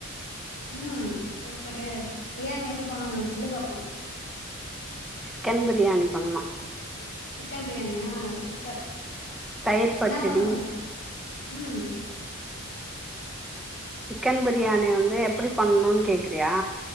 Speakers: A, on the left; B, in the centre.
A: ம் சூப்பரு பிரியாணி எப்டி பண்ணணு சொல்லு பாப்போ
B: சிக்கன் பிரியாணி பண்ணோ
A: சிக்கன் பிரியாணியா சூப்பர்
B: தயிர் பச்சடி
A: என்ன பண்ணணு ம்
B: சிக்கன் பிரியாணி வந்து எப்படி பண்ணுன் கேக்றியா